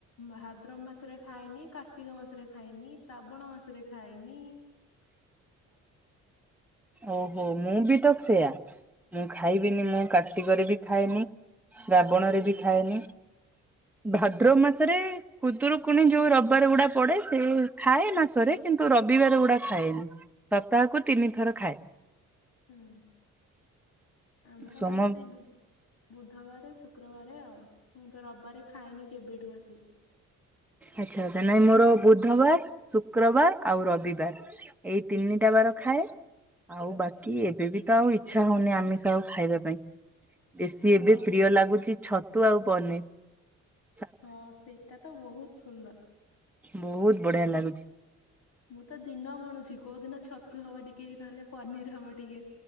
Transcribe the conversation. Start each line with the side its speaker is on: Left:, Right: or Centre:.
Left: ମାହା ଭାଦ୍ରମ ମାସରେ ଖାଏନି କାର୍ତ୍ତିକ ମାସରେ ଖାଏନି ଶ୍ରାବଣ ମାସରେ ଖାଏନି
Centre: ଓହୋ
Left: ଆଉ
Centre: ମୁଁ
Left: ହଁ
Centre: ବି ତ ସେୟା ମୁଁ ଖାଇବିନି ମୁଁ କା କାର୍ତ୍ତିକରେ ବି ଖାଏନି ଶ୍ରାବଣରେ ବି ଖାଏନି ଭାଦ୍ରବ ମାସେରେ ଖୁଦରୁକୁୁଣି ଯୋଉ ରବିବାର ଗୁଡା ପଡେ ସେ ଖାଏ ମାସରେ କିନ୍ତୁ ରବିବାରେ ଗୁଡା ଖାଏନି ସପ୍ତାହକୁ ତିନି ଥର ଖାଏ।
Left: ହୁଁ ଆମର
Centre: ସୋମ
Left: ଖାଲି ସେଇ ବୁ ବୁଧବାରେ ଶୁକ୍ରବାରେ ଆଉ ମୁଁ ତ ରବିବାରେ ଖାଏନି କେବେଠୁ ଆସି।
Centre: ଆଚ୍ଛା ଆଚ୍ଛା
Left: ଆଉ
Centre: ନାଇଁ ମୋର ବୁଧବାର ଶୁକ୍ରବାର ଆଉ ରବିବାର। ଏଇ ତିନିଟା
Left: ହୁଁ,
Centre: ବାର ଖାଏ। ଆଉ ବାକି ଏବେ ବି ତ ଆଉ ଇଚ୍ଛା ହଉନି ଆମିଷ ଆଉ ଖାଇବା ପାଇଁ। ବେଶୀ
Left: ହଁ
Centre: ଏବେ ପ୍ରିୟ ଲାଗୁଚି ଛ ତୁ ଆଉ। <unintelligible>
Left: ହଁ ସେଇଟା ତ ବ ବହୁତ ସୁନ୍ଦର
Centre: ବହୁତ ବଢିଆ ଲାଗୁଚି।
Left: ମୁଁ ତ ଦିନ ଗଣୁଛି କୋଉ ଦିନ ଛତୁ ହବ ଟି କେ ତାହେଲେ ପନିର ହବ ଟିକେ